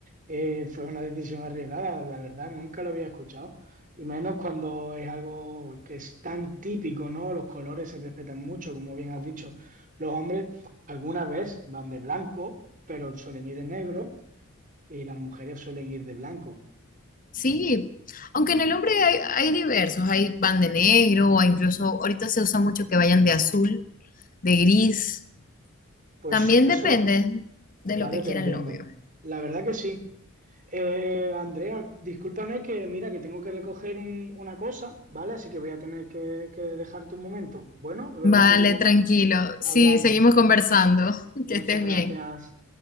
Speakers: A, on the right (about 35°); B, on the left (about 40°).
A: eh, fue una decisión arriesgada, la verdad, nunca lo había escuchado, y menos cuando es algo que es tan típico, ¿no? Los colores se respetan mucho, como bien has dicho, los hombres alguna vez van de blanco, pero suelen ir de negro, y las mujeres suelen ir de blanco.
B: Sí, aunque en el hombre hay, hay diversos, hay van de negro o incluso ahorita se usa mucho que vayan de azul, de gris.
A: Pues
B: También
A: eso
B: depende de lo
A: va
B: que
A: dependiendo.
B: quiera el novio.
A: La verdad que sí. Eh, Andrea, discúlpame que mira que tengo que recoger un- una cosa, ¿vale? Así que voy a tener que, que dejarte un momento. Bueno, luego
B: Vale,
A: seguimos
B: tranquilo.
A: hablando.
B: Sí, seguimos conversando. <laughs>
A: Muchas
B: Que estés
A: gracias.
B: bien.